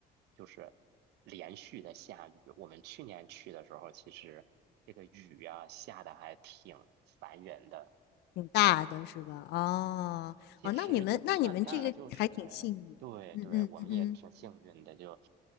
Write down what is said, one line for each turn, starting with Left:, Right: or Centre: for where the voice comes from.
Right: 就是连续的下雨。我们去年去的时候，其实这个雨呀、下的还挺烦人的。
Left: 挺大的是吧？哦哦，
Right: 其实也不算大，
Left: 那你们那你们这个还挺幸运，
Right: 就是对对，
Left: 嗯嗯嗯
Right: 我们也挺幸运的，就